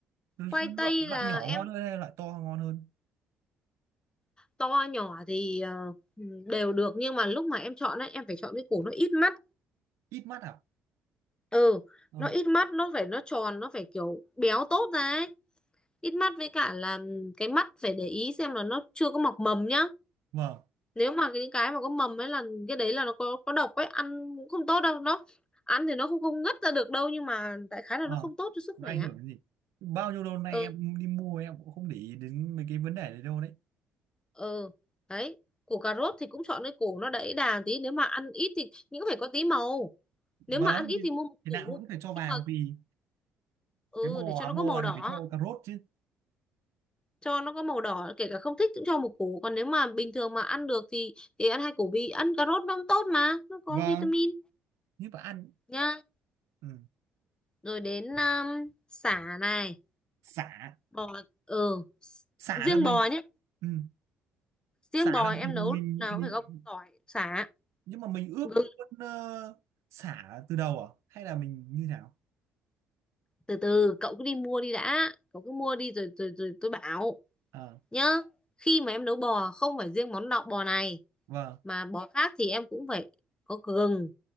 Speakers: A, on the right; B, on the left.
A: Lo-
B: khoai tây
A: loại, loại
B: là
A: nhỏ
B: em
A: ngon hơn hay loại to ngon hơn
B: to nhỏ thì ờ, đều được nhưng mà lúc mà em chọn ấy em phải chọn cái củ nó ít mắt
A: ít mắt à
B: ừ
A: ờ
B: nó ít mắt nó phải nó tròn nó phải kiểu béo tốt ra ấy ít mắt với cả là cái mắt phải để ý xem là nó chưa có mọc mầm nhá
A: vâng
B: nếu mà cái cái mà có mầm ấy là cái đấy là nó có có độc ấy ăn cũng không tốt đâu nó ăn thì nó không không ngất ra được đâu nhưng mà đại khái là
A: ờ
B: nó không tốt cho sức
A: nó
B: khỏe
A: ảnh hưởng đến gì bao nhiêu lâu nay
B: ừ
A: em đi mua em cũng không để ý đến mấy cái vấn đề đấy đâu đấy
B: ừ đấy củ cà rốt thì cũng chọn cái củ nó đẫy đà tí nếu mà ăn ít thì nhưng cũng phải có tí màu
A: vâng
B: nếu mà ăn ít
A: thì,
B: thì mua một
A: thì
B: củ
A: nào vẫn phải cho vào
B: nhưng mà
A: vì
B: ừ
A: cái bò
B: để cho nó có
A: bò
B: màu
A: ăn
B: đỏ
A: thì phải cho cà rốt chứ
B: cho nó có màu đỏ kể cả không thích cũng cho một củ còn nếu mà bình thường mà ăn được thì thì ăn hai củ vì ăn cà rốt nó cũng tốt mà nó có
A: vâng
B: vitamin
A: như mà ăn
B: nhá
A: ừ.
B: rồi đến um, sả này
A: xả
B: bò ừ s-
A: xả
B: riêng
A: là mình
B: bò nhé
A: ừ.
B: riêng
A: Sả
B: bò
A: là
B: em
A: mình
B: nấu
A: mình
B: lúc nào
A: mình
B: cũng phải có tỏi sả
A: nhưng mà mình ướp
B: gừng
A: luôn ờ, sả từ đầu à hay là mình như nào?
B: từ từ cậu cứ đi mua đi đã cậu cứ mua đi rồi rồi rồi tôi bảo
A: Ờ
B: nhá khi mà em nấu bò không phải riêng món lọc bò này
A: vâng,
B: mà bò khác thì em cũng phải có gừng